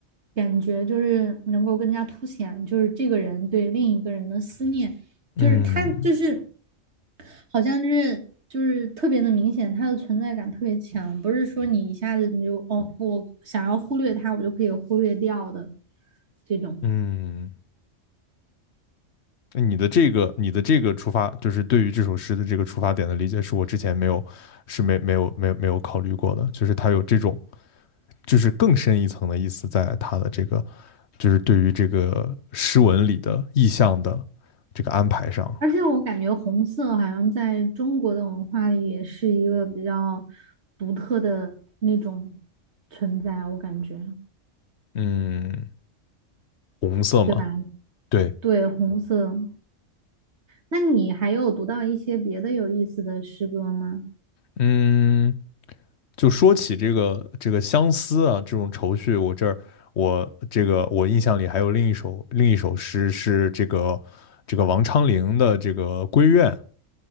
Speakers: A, on the right (about 60°); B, on the left (about 60°).
A: 感觉就是能够更加凸显就是这个人对另一个人的思念。
B: 嗯。
A: 就是他就是好像就是就是特别的明显，他的存在感特别强，不是说你一下子你就哦，我想要忽略他，我就可以忽略掉的这种。
B: 嗯，那你的这个，你的这个出发，就是对于这首诗的这个出发点的理解，是我之前没有，是没没有没有没有考虑过的，就是它有这种，就是更深一层的意思，在它的这个，就是对于这个诗文里的意象的这个安排上，
A: 而且我感觉红色好像在中国的文化里也是一个比较独特的那种存在，我感觉，
B: 嗯，红色嘛，
A: 对吧？
B: 对，
A: 对，红色。那你还有读到一些别的有意思的诗歌吗？
B: 嗯，就说起这个这个相思啊，这种愁绪，我这儿我这个我印象里还有另一首另一首诗是这个这个王昌龄的这个《闺怨》